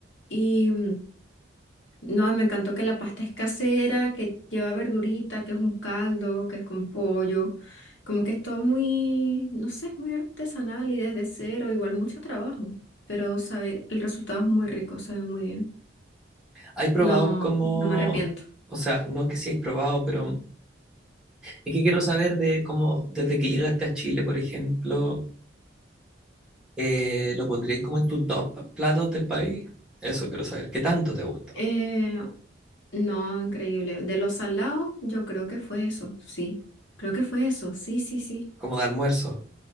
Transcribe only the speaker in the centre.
¿Hay probado
cómo,
o sea, no que sí hay probado, pero es que quiero saber de cómo, desde que llegaste a Chile, por ejemplo, eh, ¿lo pondrías como en tu top platos del país? Eso quiero saber. ¿Qué tanto te gustó?
Como de almuerzo.